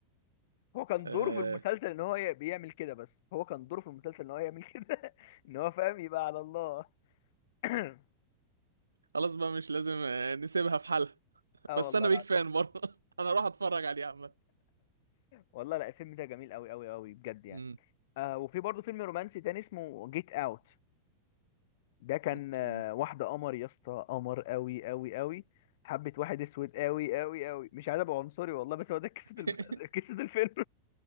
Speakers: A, on the left; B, on the right.
A: هو كان
B: آه
A: دوره في المسلسل ان هو ي- بيعمل كده بس هو كان دوره في المسلسل ان هو يعمل كده <laughs> ان هو فاهم يبقى على الله <coughs>
B: خلاص بقى مش لازم آه، نسيبها في حالها
A: اه
B: بس
A: والله
B: انا
A: العظيم
B: بيك فان برضه <laughs> انا اروح اتفرج عليه عامه
A: والله لا الفيلم ده جميل قوي قوي قوي بجد يعني
B: امم
A: آه وفي برضه فيلم رومانسي تاني اسمه جيت اوت ده كان
B: اوكي
A: آه واحده قمر يا اسطى قمر قوي قوي قوي حبة واحد اسود قوي قوي قوي مش عايز ابقى عنصري والله بس هو ده قصة
B: <laughs>
A: المسلسل قصة الفيلم